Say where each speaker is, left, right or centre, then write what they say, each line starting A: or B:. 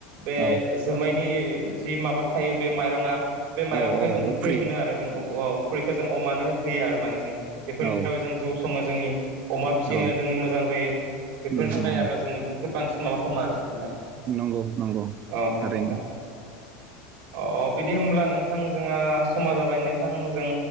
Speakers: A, on the right; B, on the right.
A: बे
B: औ
A: जोमायनि जि माबा थायो बे माइरङा बे माइरंनिफाय
B: औ औ
A: जों उफ्रि
B: अफ्रि
A: मोनो आरो जों उफ औ फुख्रिखौ जों अमानो होयो आरो माने जों बेफोरनि
B: औ
A: थाखायबो जों जौ सङो जोंनि अमा फिनो
B: औ
A: जोंनि मोजां बै बेफोरनि
B: उम
A: थाखाय
B: उम
A: आरो जोङो बेफोर बांसिन माबा खालामो आरो नोंथां।
B: नंगौ नंगौ
A: अ
B: थारैनो।
A: नोंथां अ बिदि होमब्ला नोंथांजोंहा समा जाबाय नोंथां जों